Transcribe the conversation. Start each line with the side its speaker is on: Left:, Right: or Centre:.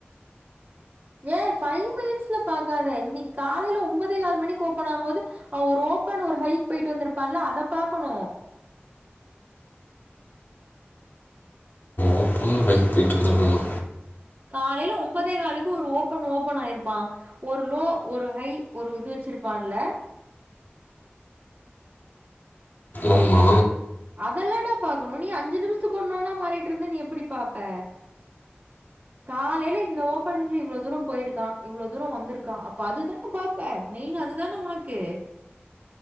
Right: ஏ ஃபைவ் மினிட்ஸ்ல பாக்காத இன்னிக் காலையில ஒன்பதேகாலு மணிக்கு ஓபன் ஆவும்போது அவ ஒரு ஓபன் ஒரு ஹைக் போயிட்டு வந்திருப்பான்ல அத பாக்கணோ
Left: ஓப்பன் ஃபைவ் போயிட்டு வந்துருக்கனோ
Right: காலையில ஒன்பதேகாலுக்கு ஒரு ஓபன் ஓபன் ஆயிருப்பா ஒரு லோ ஒரு ஹை ஒரு இது வெச்சிருப்பான்ல
Left: ஆமா
Right: அதெல்லாடா பாக்கணு நீ அஞ்சு நிமிஷத்துக்கு ஒண்ணோனா மாறிட்டு இருந்த நீ எப்டி பாப்ப காலைல இந்த ஓபனங்ல இவ்வளவு தூரோ போயிருக்கா இவ்வளவு தூரோ வந்திருக்கா அப்ப அதுதான பாப்பே மெயின் அதுதானே உனக்கு